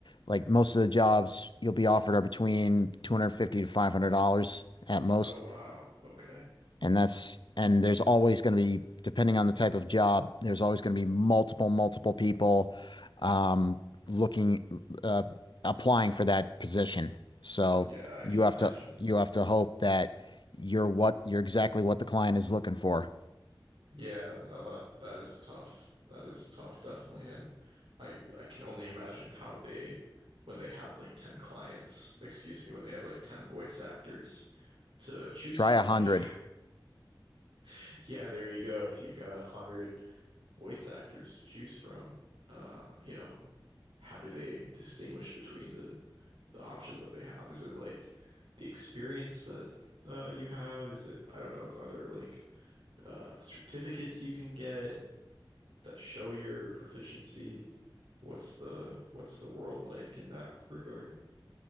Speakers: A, on the left; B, on the right.
A: Like most of the jobs you'll be offered are between 250 to 500 dollars at most.
B: oh wow, okay.
A: And that's, and there's always going to be, depending on the type of job, there's always going to be multiple, multiple people um, looking, uh, applying for that position. So
B: Yeah, I
A: you
B: can
A: have
B: imagine.
A: to, you have to hope that you're what, you're exactly what the client is looking for.
B: Yeah, no, that that is tough. That is tough, definitely. And I I can only imagine how they when they have like 10 clients, excuse me, when they have like 10 voice actors to choose
A: Try
B: from,
A: a hundred.
B: like <laughs> yeah, there you go. If you've got a hundred voice actors to choose from, uh, you know, how do they distinguish between the the options that they have? Is it like the experience that uh you have? Is it, I don't know, is are there like uh certificates you can get? that show your proficiency? What's the what's the world like in that regard?